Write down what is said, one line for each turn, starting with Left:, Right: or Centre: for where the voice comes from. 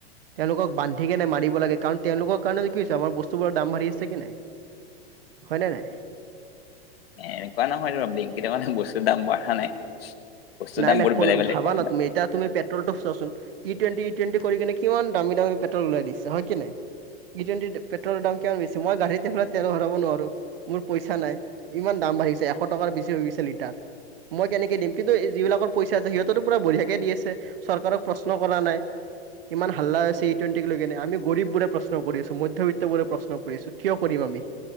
Right: তেওঁলোকক বান্ধি কেনে মাৰিব লাগে কাৰণ তেওঁলোকৰ কাৰণে কি হৈছে আমাৰ বস্তুবোৰৰ দাম বাঢ়ি আছে কি নাই? হয় নে নাই?
Left: এনেকুৱা নহয়টো ব্লিংকিটৰ কাৰণে বস্তুৰ দাম বাঢ়া নাই। বস্তুৰ
Right: নাই
Left: দামবোৰ
Right: নাই শুন
Left: বেলেগ বেলেগ
Right: ভাবা
Left: কাৰণে
Right: না তুমি এতিয়া তুমি পেট্ৰলটো চোৱাচোন। ইটুৱেনটি ইটুৱেনটি কৰি কিনে কিমান দামী দামী পেট্ৰল ওলাই দিছে। হয় কি নাই? ইটুৱেনটি পেট্ৰলৰ দাম কিমান বেছি মই গাদিকেইখনত তেল ভৰাব নোৱাৰো। মোৰ পইচা নাই। ইমান দাম বাঢ়িছে এশ টকাৰ বেছি হৈ গৈছে লিটাৰ। মই কেনেকে দিম? কিন্তু এই যিবিলাকৰ পইচা আছে সিহঁতৰটো পুৰা বঢিয়াকে দি আছে চৰকাৰক প্ৰশ্ন কৰা নাই। ইমান হাল্লা হৈ আছে ইটুৱেণ্টিক লৈ কিনে। আমি গৰীববোৰে প্ৰশ্ন কৰি আছো, মধ্যবিত্তবোৰে প্ৰশ্ন কৰি আছো। কিয় কৰিম আমি?